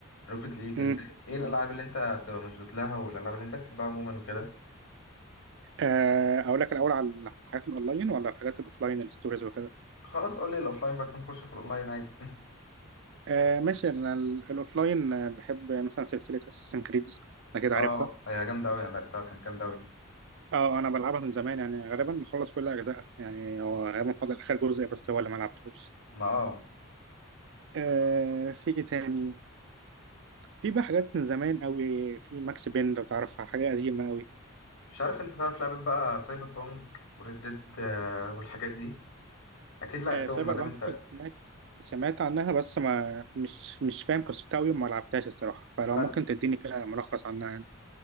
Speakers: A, on the left; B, on the right.
A: روكيت ليج
B: م.
A: انت ايه الالعاب اللي انت بتبقى مشدود لها والالعاب اللي انت بتحبها عموما وكده
B: أه اقول لك الاول على الحاجات الاونلاين ولا الحاجات الاوفلاين الستوريز وكده
A: خلاص قول لي الاوفلاين بقى نخش في الاونلاين عادي
B: أه ماشي انا ال- الاوفلاين آه، بحب مثلا سلسله اساسن كريدز
A: <laughs>
B: اكيد عارفها
A: اه هي جامدة قوي انا لعبتها كانت جامدة قوي
B: اه انا بلعبها من زمان يعني غالبا مخلص كل اجزائها يعني هو غالبا فاضل اخر جزء بس هو اللي ما لعبتهوش
A: ما اه
B: آه في ايه تاني في بقى حاجات من زمان قوي في ماكس بين لو تعرفها حاجه قديمه قوي
A: مش عارف انت تعرف لعبة بقى سايبر بانك وريد ديد آه، والحاجات دي اكيد لعبتهم
B: آه سايبر
A: ما دام
B: بانك
A: انت
B: سمعت سمعت عنها بس ما مش مش فاهم قصتها قوي وما لعبتهاش الصراحه فلو
A: بل...
B: ممكن تديني كده ملخص عنها يعني